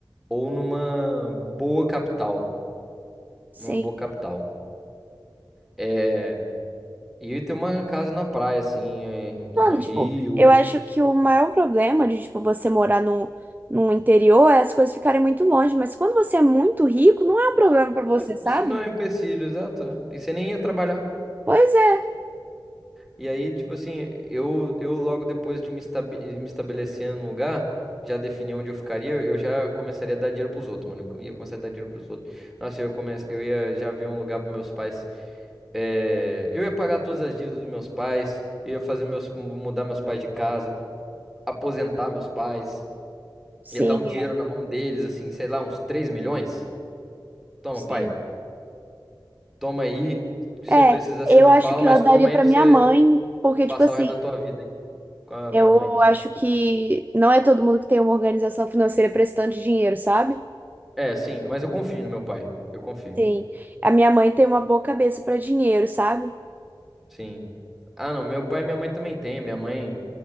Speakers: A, in the centre; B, on the right.
A: ou numa boa capital.
B: Sim.
A: Numa boa capital. É. E eu ia ter uma casa na praia, assim, eh, no
B: Mano,
A: no Rio.
B: tipo, eu acho que o maior problema de, tipo, você morar no, no interior é as coisas ficarem muito longe, mas quando você é muito rico, não é um problema pra você, sabe?
A: Isso não é um empecilho, exato. é. E você nem ia trabalhar.
B: Pois é.
A: E aí, tipo assim, eu, eu logo depois de me, estabe- de me estabelecer num lugar, já defini onde eu ficaria, eu já começaria a dar dinheiro pros outros, mano. Eu ia começar a dar dinheiro pros outros. Nossa, eu, comece... eu ia já ver um lugar pros meus pais. é, Eu ia pagar todas as dívidas dos meus pais, eu ia fazer meus... mu- mudar meus pais de casa, aposentar meus pais,
B: Sim,
A: ia dar um dinheiro
B: é,
A: na mão deles, assim, sei lá, uns 3 milhões. Toma,
B: sim.
A: pai, toma aí. Se
B: É,
A: você precisar,
B: eu
A: você me
B: acho
A: fala,
B: que
A: mas
B: eu
A: toma
B: daria
A: aí
B: pra
A: pra
B: minha
A: você.
B: mãe, porque,
A: Passar
B: tipo assim,
A: o resto da tua vida com a
B: eu
A: minha mãe.
B: acho que não é todo mundo que tem uma organização financeira prestando dinheiro, sabe?
A: É, sim, mas eu confio no meu pai. Eu confio.
B: Sim. A minha mãe tem uma boa cabeça pra dinheiro, sabe?
A: Sim. Ah, não, meu pai e minha mãe também tem. Minha mãe,